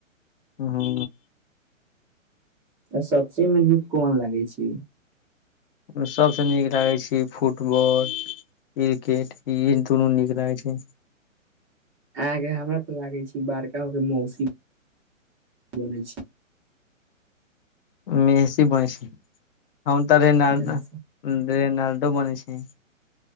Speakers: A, on the left; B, in the centre.
A: हँ।
B: तऽ सब चिज मे नीक कोन लागै छै?
A: ओमे सभसँ नीक लागै छै फुटबॉल। क्रिकेट ईन दुनू नीक लागै छै।
B: आहाँके हमरा तऽ लागै छै बड़का होके मौसी बनै छै।
A: मेसी बनै छै। हम तऽ रेनााल्डो
B: अहां
A: रेनााल्डो बनेै छी।